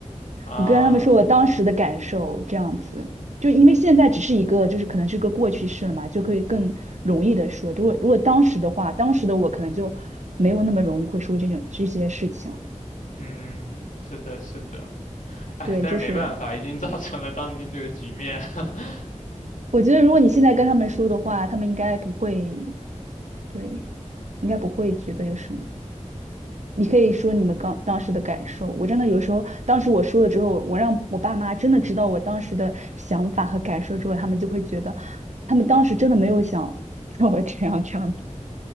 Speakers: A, on the left (about 80°); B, on the right (about 65°).
A: 啊，
B: 我跟他们说我当时的感受这样子，就因为现在只是一个就是可能是个过去式了嘛，就可以更容易的说。如果如果当时的话，当时的我可能就没有那么容易会说这种这些事情。
A: 嗯，是的，是的，哎，
B: 对，
A: 但是没办法，
B: 就是
A: 已经造成了当今这个局面。<laughs>
B: 我觉得如果你现在跟他们说的话，他们应该不会，对，应该不会觉得有什么。你可以说你们刚当时的感受。我真的有时候，当时我说了之后，我让我爸妈真的知道我当时的想法和感受之后，他们就会觉得，他们当时真的没有想让我这样这样子。